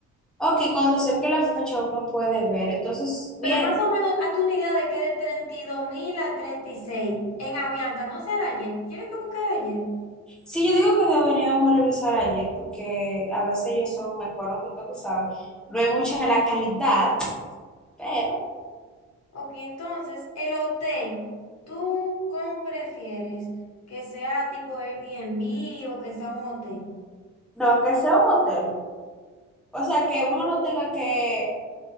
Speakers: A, in the centre; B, on the left.
A: Ok, cuando se acerque la fecha uno puede ver. Entonces, bien.
B: Pero más o menos, hazte una idea de que de treinta y dos mil a 36 en Avianca, no será ayer. ¿Tienes que buscar ayer?
A: Sí, yo digo que deberíamos revisar ayer, porque a veces ellos son económicos, tú sabes. No hay mucha la calidad, pero
B: Ok, entonces, el hotel, ¿tú cómo prefieres? ¿Que sea tipo Airbnb o que sea un hotel?
A: no, que sea un hotel. O sea, que uno no tenga que,